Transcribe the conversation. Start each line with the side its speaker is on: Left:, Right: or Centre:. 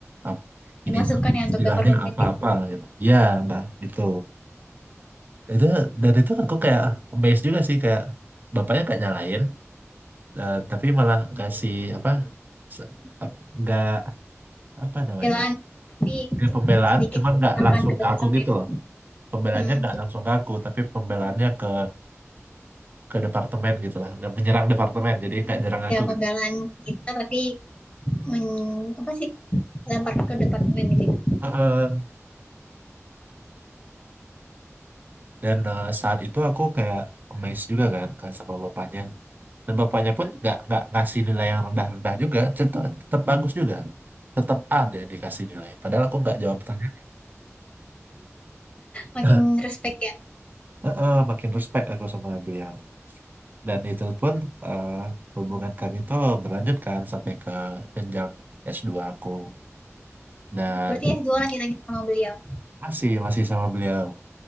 Right: Ap-
Left: dimasukkan
Right: Ini tuh
Left: ya
Right: istilahnya
Left: untuk departemen
Right: apa-apa gitu. Ya, Mbak, gitu. Itu dan itu aku kayak amazed juga sih kayak bapaknya gak nyalain eh, tapi malah kasih apa se- ap- nggak apa namanya
Left: pembelaan tapi
Right: Ini pembelaan
Left: sedikit
Right: cuman nggak
Left: akan
Right: langsung
Left: kedekatan
Right: ke aku gitu
Left: ya.
Right: loh. Pembelanya
Left: Hmm,
Right: nggak langsung ke aku, tapi pembelaannya ke ke departemen gitu lah. Dan menyerang departemen, jadi nggak nyerang aku
Left: ya pembelaan
Right: gitu.
Left: kita tapi men, apa sih lempar ke departemen gitu ya.
Right: Heeh. Dan eh, saat itu aku kayak amazed juga kan, kan sama bapaknya. Dan bapaknya pun nggak nggak ngasih nilai yang rendah-rendah juga, tetap, tetap bagus juga. Tetap A dia dikasih nilai. Padahal aku nggak jawab pertanyaan.
Left: makin
Right: <clears throat>
Left: respect ya.
Right: <laughs> Heeh, makin respect aku sama beliau. Dan itu pun eh, hubungan kami itu berlanjut kan sampai ke jenjang s dua aku. dan
Left: Berarti S2 lanjut lagi sama beliau.
Right: masih masih sama beliau